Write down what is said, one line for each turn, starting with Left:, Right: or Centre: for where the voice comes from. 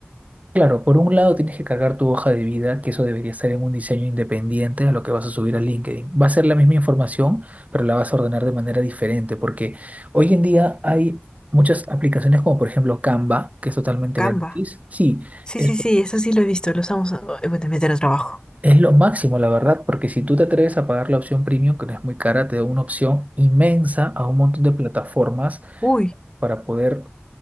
Right: Claro, por un lado tienes que cargar tu hoja de vida, que eso debería estar en un diseño independiente a lo que vas a subir a LinkedIn. Va a ser la misma información, pero la vas a ordenar de manera diferente, porque hoy en día hay muchas aplicaciones como por ejemplo Canva, que es totalmente
Left: Canva.
Right: gratis. Sí,
Left: Sí,
Right: es,
Left: sí, sí, eso sí lo he visto, lo usamos ah, bueno, en meter el trabajo.
Right: es lo máximo, la verdad, porque si tú te atreves a pagar la opción premium, que no es muy cara, te da una opción inmensa a un montón de plataformas
Left: Uy,
Right: para poder